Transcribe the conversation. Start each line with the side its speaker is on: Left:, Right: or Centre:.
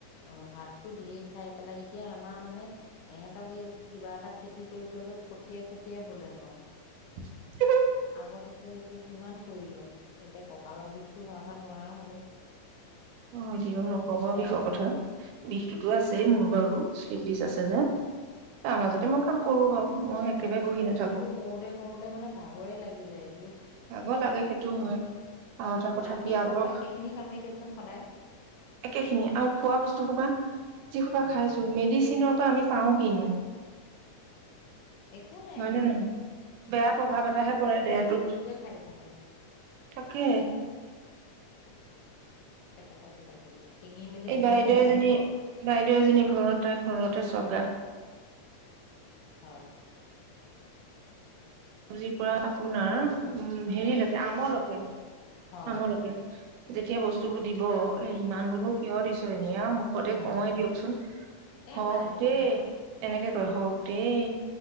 Left: অ' ভাতটো ঢেৰ খাই পেলাই। এতিয়া আমাৰ মানে, এহঁতক এই কিবা এটা খেতি কৰিবলৈ কৈ খতিয়াই খতিয়াই বলে নোৱাৰো।
Right: <unintelligible>
Left: আগতেতো এইবোৰ কিমান কৰিলোঁ। এতিয়া কঁকালৰ বিষটো হোৱাৰ পৰা নোৱাৰা হ'লো।
Right: অ' দিঅক নকব
Left: দিগদাৰ
Right: বিষৰ কথা। বিষটোতো আছেই মোৰ বাৰু! <unintelligible>
Left: অ
Right: মই কাম কৰোঁ বাৰু। মই একেবাৰে
Left: আৰু
Right: বহি
Left: ইটো
Right: নাথাকো
Left: সিটো কৰোঁতে কৰোঁতে মানে, ভাগৰে লাগি যায়।
Right: ভাগৰ লাগে সেইটো হয় আৰু এটা কথা
Left: ৰাতিপুৱাৰ
Right: কি আগৰ
Left: পৰা একেখিনি কামেই দিয়কচোন সদায়
Right: একে খিনিয়ে আৰু খোৱা বস্তু সোপা যি সোপা
Left: উম
Right: খায় আছোঁ। মেডিচিনৰ পৰা আমি পাওঁ কিনো!
Left: একো নাই
Right: হয়
Left: এইবিলাক
Right: নে নহয়! বেয়া প্ৰভাৱ এটাহে পৰে দেহটোত।
Left: <unintelligible> খায় থাকো মই।
Right: তাকে
Left: কেতিয়াবা কিবা কিবি ছিঙি মেলি
Right: এই
Left: খাই
Right: বাইদেউ
Left: থাকাই
Right: এজনী
Left: ভাল ঘৰৰ পৰা
Right: বাইদেউ এজনী ঘৰত তাই ঘৰতে চব
Left: হয়।
Right: চবজিৰ পৰা আপোনাৰ, উম! হেৰিলৈকে,
Left: হয়
Right: আমলৈকে,
Left: হয়
Right: আমলৈকে। যেতিয়া বস্তুবোৰ দিব। এ' ইমানবোৰনো কিয় দিছ নিয়া মুখতে
Left: উম
Right: কওঁৱে দিয়কচোন।
Left: এই
Right: হওঁক
Left: বাই ভনী
Right: দেই
Left: আৰু
Right: এনেকে হওঁক দেই।